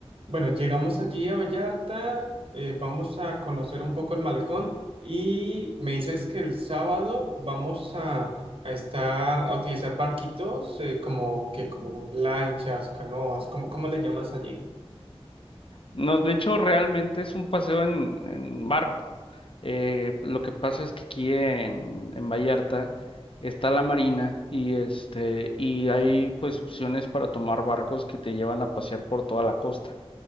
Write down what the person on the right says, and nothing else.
bueno, llegamos allí a Vallarta, eh, vamos a conocer un poco el malecón y me dices que el sábado vamos a a estar, a utilizar barquitos, eh, como que, como lanchas, canoas, ¿cómo, cómo le llamas allí?